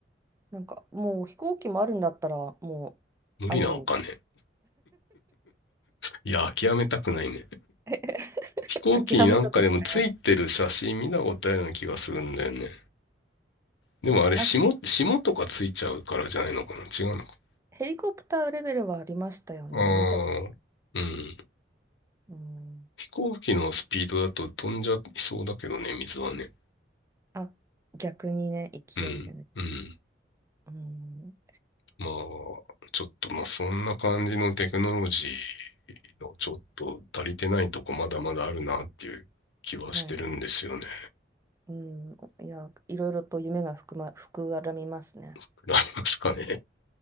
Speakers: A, on the right; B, on the left.
A: なんかもう飛行機もあるんだったらもうあるん
B: 無理なんかね。いや、諦めたくないね。
A: <laughs>
B: 飛行機になんかでもついてる写真見たことあるような気がするんだよね。
A: 諦めようとしてます。
B: でもあれ、
A: なんかヘ
B: 霜、霜とかついちゃうからじゃないのかな違うのか
A: ヘリコプターレベルはありましたよね。
B: なああうん。
A: 見たこと。うん。
B: 飛行機のスピードだと飛んじゃいそうだけどね、水はね。
A: あ、逆にね、勢いでね。
B: うん、うん。
A: うん。
B: まあ、ちょっと、まあ、そんな感じのテクノロジーのちょっと足りてないとこまだまだあるなっていう気はしてるんですよね。
A: はい。うん。いや、いろいろと夢が膨ま、膨らみますね。
B: <laughs> ありますかね。